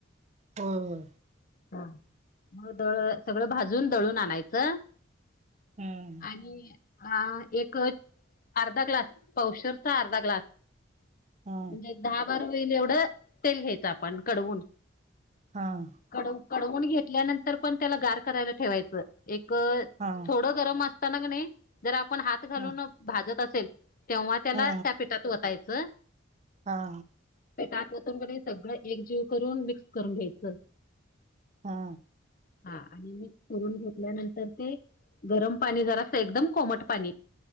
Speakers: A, on the right; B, on the left.
A: हो हो
B: हा मग दळ सगळं भाजून दळून आणायचं.
A: हम्म
B: आणि अ एक अर्धा ग्लास पवशरचा अर्धा ग्लास
A: हा
B: म्हणजे दहा बारा होईल एवढं तेल घ्यायचं आपण कडवून.
A: हां
B: कड कडवून घेतल्यानंतर पण त्याला गार करायला ठेवायचं एक
A: हा
B: थोड गरम असताना जर आपण हात घालून
A: हा
B: भाजत असेल तेव्हा त्याला
A: हा
B: त्या पिठात ओतायचं
A: हा
B: पिटात वतूनकडे सगळं एकजीव करून मिक्स करून घ्यायचं.
A: हा
B: हा आणि मी करून घेतल्यानंतर ते गरम पाणी जरा असं एकदम कोमट पाणी